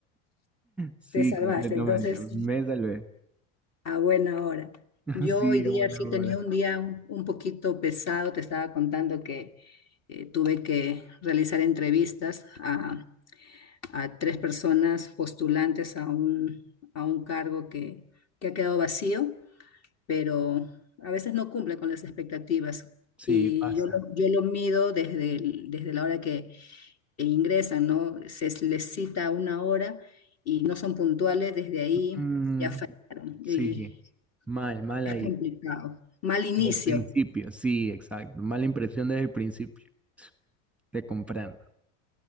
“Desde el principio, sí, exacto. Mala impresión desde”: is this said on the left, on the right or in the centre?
Centre